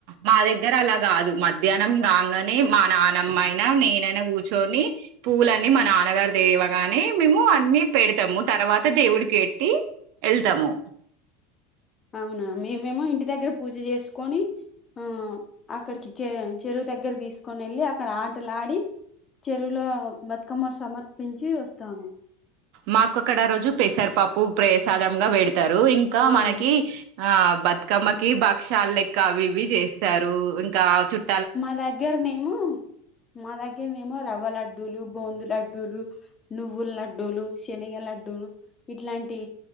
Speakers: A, on the right (about 60°); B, on the left (about 20°).
A: మా దగ్గర అలా కాదు మధ్యాహ్నం కాగానే మా నాన్న మ్మాయిన నేనైనా కూర్చొని పూవులనీ మా నాన్నగారు దేవగాని మేము అన్ని పెడతాము తర్వాత దేవుడికి ఎట్టి వెళ్తాము
B: అవునా మేమేమో ఇంటి దగ్గర పూజ చేసుకొని ఆ అక్కడికి చె చెరువు దగ్గర తీసుకొని వెళ్ళి అక్కడ ఆటలు ఆడి చెరువులో బతుకమ్మ సమర్పించి వస్తాము
A: మాకొక్కడా రోజు పెసర్పాప్పు ప్రసాదంగా పేడ తారు ఇంకా
B: ఆ,
A: మనకి
B: ఆ.
A: ఆ బతుకమ్మకి భక్షలు లెక్క అవి ఇవి చేస్తారు ఇంకా ఆ చుట్ట
B: మా దగ్గరనేమో మా దగ్గరనేమో రవ్వలడ్డు బందు లడ్లు ను్వుల లడ్డు లు లడ్డూ ఇట్లాంటి